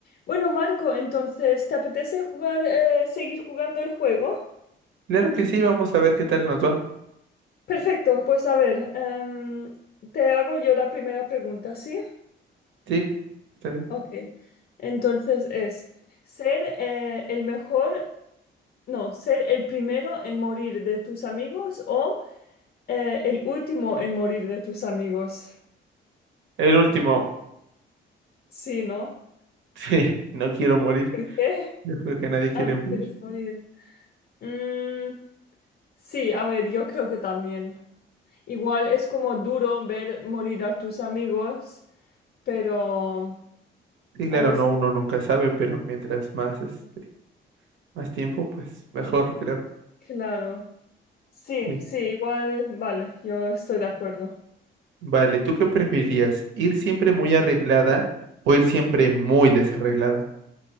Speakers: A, on the left (about 50°); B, on the right (about 75°).
A: Bueno, Marco, entonces, ¿te apetece jugar, eh, seguir jugando el juego?
B: Claro que sí, vamos a ver qué tal nos va.
A: Perfecto, pues a ver, em, te hago yo la primera pregunta, ¿sí?
B: Sí, está bien.
A: Ok, entonces es, ¿ser eh, el mejor, no, ser el primero en morir de tus amigos o eh, el último en morir de tus amigos?
B: El último. <laughs>
A: Sí, ¿no?
B: Sí, no quiero morir.
A: ¿Por qué?
B: Yo creo que nadie quiere
A: Ah, no
B: morir.
A: quieres morir. Mm, sí, a ver, yo creo que también. Igual es como duro ver morir a tus amigos, pero...
B: Sí, claro,
A: Ay, es
B: no,
A: que,
B: uno nunca sabe, pero mientras más, este, más tiempo, pues mejor, creo.
A: claro. Sí,
B: Sí.
A: sí, igual, vale, yo estoy de acuerdo.
B: Vale, ¿tú qué preferías? ¿Ir siempre muy arreglada o ir siempre muy desarreglada?